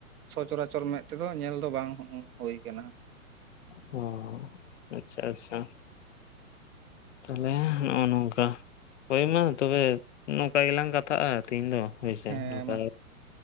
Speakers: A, on the right; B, on the left.
A: ᱥᱚᱪᱚᱨᱟᱪᱚᱨ ᱢᱮᱫ ᱛᱮᱫᱚ ᱧᱮᱞ ᱫᱚ ᱵᱟᱝ ᱦᱳᱭ ᱠᱟᱱᱟ᱾
B: ᱦᱚᱸ, ᱟᱪᱪᱷᱟ ᱟᱹᱥᱥᱷᱟ᱾ ᱛᱟᱦᱚᱞᱮ ᱱᱚᱜᱼᱚ ᱱᱚᱝᱠᱟ᱾ ᱦᱳᱭ ᱢᱟ ᱛᱚᱵᱮ ᱱᱚᱝᱠᱟ ᱜᱮᱞᱟᱝ ᱠᱟᱛᱷᱟᱜᱼᱟ ᱛᱤᱦᱤᱧ ᱫᱚ ᱦᱳᱭᱥᱮ
A: ᱦᱮᱸ
B: ᱱᱚᱝᱠᱟ
A: ᱢᱟ